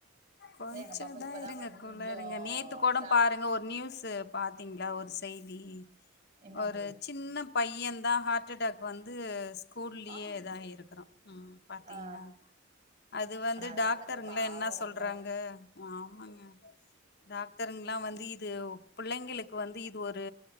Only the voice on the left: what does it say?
கொஞ்சதா
இருங்க
குள்ள இருங்க நேத்து கூட
பாருங்க ஒரு நியூஸு பாத்தீங்ளா ஒரு செய்தி
ஒரு சின்ன பையன்தா ஹார்ட் அட்டாக் வந்து ஸ்கூல்லயே
இதா இருக்கிறோ ம் பாத்தீங்ளா
அது வந்து
டாக்டருங்ளா
என்னா சொல்றாங்க
ஆமாங்க டாக்டருங்லா வந்து இது பிள்ளைங்களுக்கு வந்து இது ஒரு